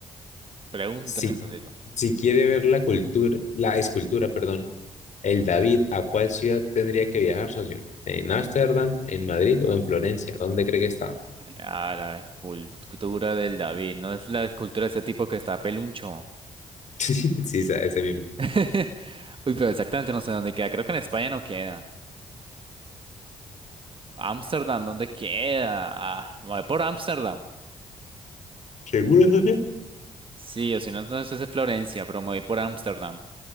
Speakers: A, on the right; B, on the left.
A: pregúntame,
B: Si,
A: Sosito.
B: si quiere ver la cultura, la escultura, perdón, el David, ¿a cuál ciudad tendría que viajar, socio? ¿En Ámsterdam, en Madrid o en Florencia? ¿Dónde cree que está?
A: Ah, la escultura del David. No es la escultura de ese tipo que está peluncho.
B: <laughs> Sí, sabe, ese mismo.
A: <laughs> Uy, pero exactamente no sé dónde queda. Creo que en España no queda. Ámsterdam, ¿dónde queda? Ah, me voy por Ámsterdam.
B: ¿Seguro, socio?
A: Sí, o si no, entonces es Florencia, pero me voy por Ámsterdam.